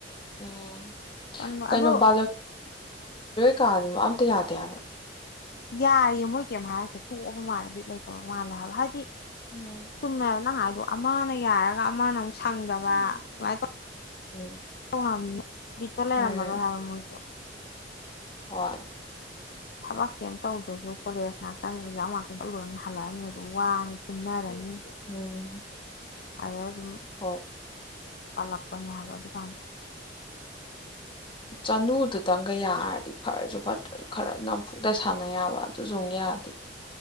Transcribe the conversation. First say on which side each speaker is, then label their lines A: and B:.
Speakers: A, on the left; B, on the left.
A: ꯎꯝ
B: ꯇꯟꯕ
A: ꯀꯩꯅꯣ
B: ꯑꯗꯣ
A: <unintelligible> <unintelligible> ꯀꯥꯗꯕ ꯑꯝꯇ ꯌꯥꯗꯦ ꯍꯥꯏꯕ꯫
B: ꯌꯥꯔꯤꯌꯦ ꯃꯣꯏ ꯀꯩꯝ ꯍꯥꯏꯔꯛꯇꯦ ꯇꯣꯛꯑꯕ ꯃꯥꯜꯂꯗꯤ ꯂꯩꯇꯕ ꯃꯥꯜꯂꯦ ꯍꯥꯏꯕ ꯍꯥꯏꯗꯤ
A: ꯎꯝ
B: ꯆꯨꯝꯃꯦꯕꯥ ꯅꯪ ꯍꯥꯏ ꯑ ꯑꯃꯅ ꯌꯥꯔꯒ ꯑꯃꯅ ꯑꯃꯨꯛ ꯁꯪꯗꯕ ꯁꯨꯃꯥꯏꯅ ꯇꯧ
A: ꯎꯝ꯫
B: <unintelligible> ꯕꯤꯠꯇꯣ ꯂꯩꯔꯝꯃꯔꯣꯏ
A: ꯎꯝ
B: ꯍꯥꯏꯕ ꯃꯣꯏꯁꯨ꯫
A: ꯍꯣꯏ꯫
B: ꯊꯕꯛ ꯀꯩꯝ ꯇꯧꯗ꯭ꯔꯁꯨ ꯀꯣꯂꯦꯖ ꯉꯥꯛꯇꯪ ꯑꯦꯛꯖꯥꯝ ꯉꯥꯛꯇꯪ ꯆꯠꯂꯨꯔꯅꯤ ꯍꯜꯂꯛꯑꯅꯤ ꯑꯗꯨ ꯋꯥꯅꯤ ꯇꯨꯝꯅꯔꯅꯤ
A: ꯎꯝ꯫
B: ꯑꯗ
A: ꯍꯣꯏ
B: <inaudible> ꯇꯜꯂꯄꯅꯦ ꯍꯥꯏꯕ ꯑꯗꯨꯀꯥꯟꯗ꯫
A: ꯆꯅꯨꯗꯨꯇꯪꯒ ꯌꯥ ꯔꯗꯤ꯫ ꯐꯔꯁꯨ ꯐꯠꯇ ꯈꯔ ꯅꯝꯐꯨꯗ ꯁꯥꯟꯅꯩ ꯌꯥꯕ ꯑꯗꯨꯁꯨ ꯑꯃꯨꯛ ꯌꯥ ꯊ